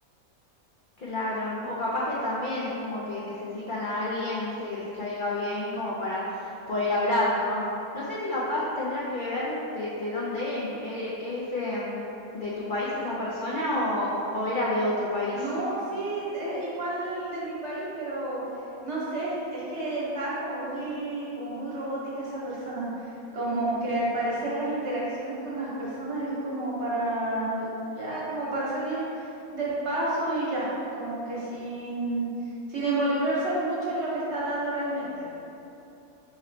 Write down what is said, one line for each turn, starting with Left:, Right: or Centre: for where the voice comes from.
Left: Claro, o capaz que también es como que necesitan a alguien, viste, que les caiga bien como para poder hablar, ¿no? No sé si capaz tendrá que ver de, de dónde es, ¿e- ¿es de, mm, de tu país esa persona o, o era de otro país?
Right: No, sí, es igual de mi país, pero no sé, es, es que estaba como muy, como muy robótica esa persona, como
Left: Mm.
Right: que al parecer las interacciones con las personas es como para, ya, como para salir del paso y ya, como que sin, sin involucrarse mucho en lo que está hablando realmente.